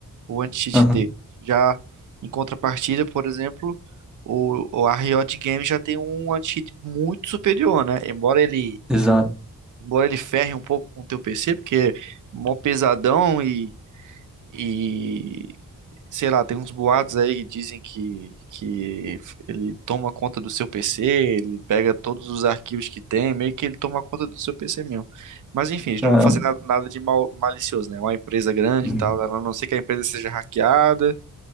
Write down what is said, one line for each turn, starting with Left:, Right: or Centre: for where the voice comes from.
Right: o anti-cheat
Centre: Aham,
Right: deles. Já em contrapartida, por exemplo, o, o a Riot Games já tem um anti-cheat muito superior, né? Embora ele,
Centre: exato.
Right: embora ele ferre um pouco com o teu PC, porque é mó pesadão e e sei lá, tem uns boatos aí que dizem que, que ele toma conta do seu PC, ele pega todos os arquivos que tem, meio que ele toma conta do seu PC mesmo. Mas enfim, eles
Centre: Caramba.
Right: não vão fazer nada, nada de mal, malicioso, né? É Uma empresa grande
Centre: Uhum.
Right: e tal, a não ser que a empresa seja hackeada,